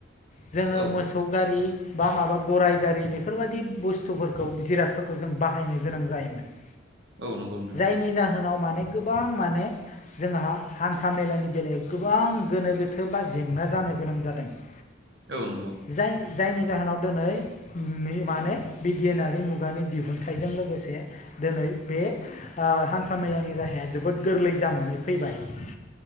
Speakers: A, on the left; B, on the right.
A: जोङो
B: औ
A: मो सौ गारि बा माबा गराइ गारि बेफोरबायदि बुस्थुफोरखौ जिरादफोरखौ जों बाहायनो गोनां जायोमोन। <inaudible>
B: औ नंगौ नोंथां।
A: जायनि जाहोनाव माने गोबां माने जोंहा हान्था मेलानि बेलायाव गोबां गोनो गोथो बा जेंना जानो गोनां जादों। <inaudible>
B: औ नंगौ।
A: जाय जायनि जाहोनाव दोनै उम मे माने बिगियानारि मुगानि दिहुनथाइजों लोगोसे दोनै बे ओ हान्था मेलानि राहा या जोबोद गोरलै जानानै फैबाय। <unintelligible>